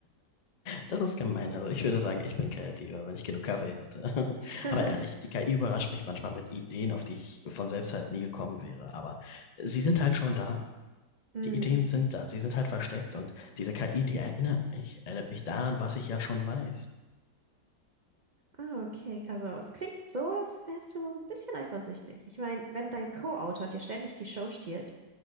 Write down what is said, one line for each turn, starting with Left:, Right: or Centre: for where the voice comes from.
Left: das ist gemein. Also ich würde sagen, ich bin kreativer, wenn ich genug Kaffee hätte. <laughs>
Right: <laughs>
Left: Aber ehrlich, die KI überrascht mich manchmal mit Ideen, auf die ich von selbst halt nie gekommen wäre. Aber sie sind halt schon da.
Right: Mhm.
Left: Die Ideen sind da, sie sind halt versteckt und diese KI, die erinnert mich, erinnert mich daran, was ich ja schon weiß.
Right: Ah, okay. Also es klingt so, als wärst du ein bisschen eifersüchtig. Ich meine, wenn dein Co-Autor dir ständig die Show stiehlt.